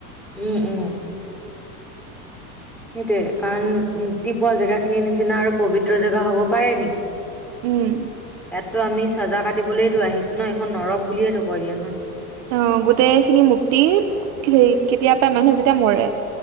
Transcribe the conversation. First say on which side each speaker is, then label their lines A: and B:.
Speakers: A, in the centre; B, on the right.
A: উম উম সেইটোয়ে কাৰণ মুক্তি পোৱা জেগা খিনিৰ নিচিনা আৰু পবিত্ৰ জেগা হ'ব পাৰে নেকি।
B: উম
A: তো আমি চাজা কাটিবলৈলে তো আহিছো ন এইখন নৰক বুলিয়েতো কয় দিয়াচোন।
B: অ গোটেই খিনি মুক্তি সেই কেতিয়া পা মানুহে যেতিয়া তেতিয়া মৰে